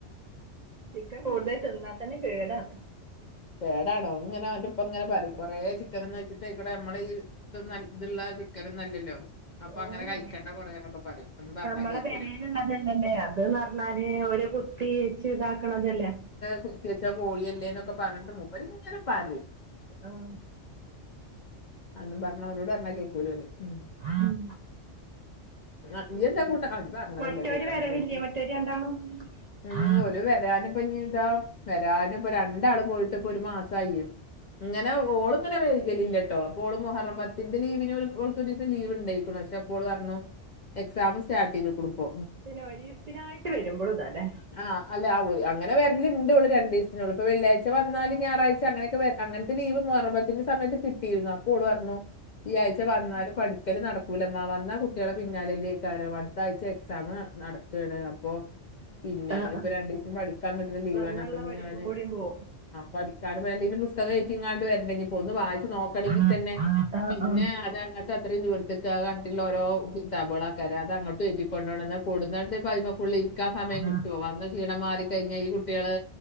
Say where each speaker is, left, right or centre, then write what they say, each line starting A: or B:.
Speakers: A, on the right; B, on the left.
A: ചിക്കൻ കൂടുതല് തിന്നാ തന്നെ കേടാണ്
B: കേടാണ് ഇങ്ങനെ ഓന്റെ ഇപ്പ ഇങ്ങനെ പറിം കൊറേ ചിക്കൻ തിന്ന് വെച്ചിട്ട് അയിക്കൂടെ നമ്മളീ ഇതൊന്നും ഇത് ഇള്ള ചിക്കനൊന്നല്ലല്ലോ അപ്പൊ
A: ഉം
B: അങ്ങനെ കഴിക്കണ്ട കുറേ എന്നൊക്കെ പറയും ഒന്നും പറഞ്ഞാ
A: നമ്മളെ
B: കേക്കൂല
A: പെരേല്ള്ളതല്ലേ അത് ന്ന് പറഞ്ഞാല് ഓല് കുത്തി വെച്ച് ഇതാക്കണതല്ലേ
B: കുത്തി വെച്ചാ കോഴിയല്ലേന്നൊക്കെ പറഞ്ഞിട്ട് മുപ്പര് ഇങ്ങനെ പറിം
A: ആഹ്
B: അതും പറഞ് അവുനോട് പറഞ്ഞാ കേക്കൂല ഓന് ഉം
A: ഉം
B: ആ, ഇയ്യെന്താ
A: ഉം
B: കൂട്ടാ ആ ഇജ്ജ് പറഞ്ഞല്ലോല്ലേ
A: മറ്റോര്
B: കൂട്ടാനെന്താ
A: വരലില്ലേ
B: വെച്ച്
A: മറ്റോല് രണ്ടാളും
B: ഉം
A: ആഹ്
B: ഓല് വരാനിപ്പോ ഇഞ്ഞി ഇതാ വരാനപ്പോ രണ്ടാള് പോയിട്ട്പ്പൊ ഒരു മാസായി ഇങ്ങനെ ഓള് ഇങ്ങനെ വൈകലില്ലട്ടോ അപ്പോ ഓളും മുഹറം പത്തിന്റെ ലീവിന് ഓൽക്ക് ഒരു ദിവസം ലീവ് ഇണ്ടായിനി പക്ഷെ ഇപ്പൊ ഓള് പറഞ്ഞു എക്സാം സ്റ്റാർട്ട് ചെയ്ത്ക്ക്ണ് പ്പോ
A: പിന്നെ ഒരീസത്തിനായിട്ട് വരുമ്പോൾ ഇതാലെ
B: ആ അല്ല അങ്ങനെ വര്ല്ണ്ട് ഓള് രണ്ടീസത്തിനു ഇപ്പൊ വെള്ളിയാഴ്ച വന്നാല് ഞായറാഴ്ച അങ്ങനെക്കെ അങ്ങൻത്തെ ലീവ് മുഹറം പത്തിന്റെ സമയത്ത് കിട്ടിയിരുന്നു അപ്പോ ഓള് പറഞ്ഞു ഈ ആഴ്ച്ച വന്നാല് പഠി ക്കല് നടക്കൂലമ്മ വന്ന കുട്ടികളെ പിന്നാലെക്കാരം അടുത്താഴ്ച എക്സാം നടക്കാണ് അപ്പൊ പിന്നെ
A: ആഹ്
B: ഇപ്പൊ
A: ആഹ്
B: രണ്ടു ദിവസം പഠിക്കാൻ പറ്റുന്ന ലീവാണ്
A: വന്നുള്ള
B: അപ്പൊ ഇനി
A: പഠിപ്പും
B: ഞാന്
A: കൂടിയും പോവും
B: പഠിക്കാൻ വേണ്ടിട്ട് പുസ്തകം ഏറ്റിങ്ങാണ്ട് വരണ്ടെ ഇഞ്ഞിപ്പോ ഒന്ന് വായിച്ച് നോ ക്കണെങ്കിൽ
A: ആഹ്
B: തന്നെ
A: ആഹ് ആഹ്
B: പിന്നെ അതങ്ങ അത്രയും ദൂരത്തക്ക് ആ കട്ടിള്ള ഓരോ കിതാബ്കളെക്കാരം അത് അങ്ങോട്ട് എറ്റി കൊണ്ടോണം ന്നാ കൊടന്നിട്ട് അയിമക്ക് ഇരിക്കാൻ സമയം
A: ആഹ്
B: കിട്ടോ വന്ന ക്ഷീണം മാറി കഴിഞ്ഞ ഈ കുട്ടികള്